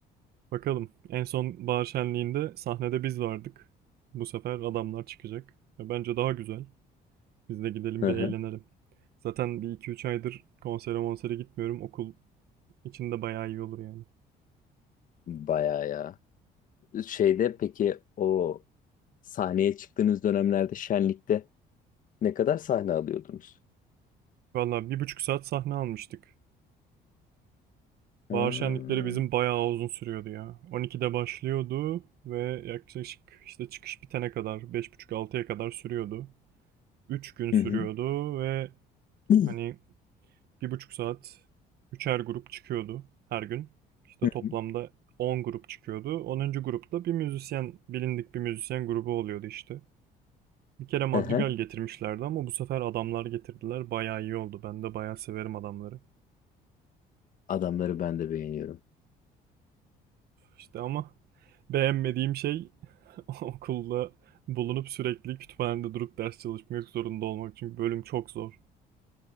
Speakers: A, on the right; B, on the left.
A: Bakalım. En son bahar şenliğinde sahnede biz vardık. Bu sefer adamlar çıkacak. Ve bence daha güzel. Biz de gidelim
B: Hı
A: bir
B: hı.
A: eğlenelim. Zaten bir iki üç aydır konsere monsere gitmiyorum. Okul içinde bayağı iyi olur yani.
B: Bayağı ya. Şeyde peki o sahneye çıktığınız dönemlerde şenlikte ne kadar sahne alıyordunuz?
A: Valla bir buçuk saat sahne almıştık.
B: Ha.
A: Bahar şenlikleri bizim bayağı uzun sürüyordu ya. 12'de başlıyordu ve yaklaşık işte çıkış bitene kadar beş buçuk altıya kadar sürüyordu. 3 gün sürüyordu
B: Hı hı.
A: ve
B: <clears throat>
A: hani Bir buçuk saat üçer grup çıkıyordu her gün. İşte
B: Hı
A: toplamda
B: hı.
A: 10 grup çıkıyordu. 10. grupta bir müzisyen, bilindik bir müzisyen grubu oluyordu işte. Bir kere Madrigal
B: Hı hı.
A: getirmişlerdi ama bu sefer adamlar getirdiler. Bayağı iyi oldu. Ben de bayağı severim adamları.
B: Adamları ben de beğeniyorum.
A: İşte ama beğenmediğim şey <laughs> okulda bulunup sürekli kütüphanede durup ders çalışmak zorunda olmak. Çünkü bölüm çok zor.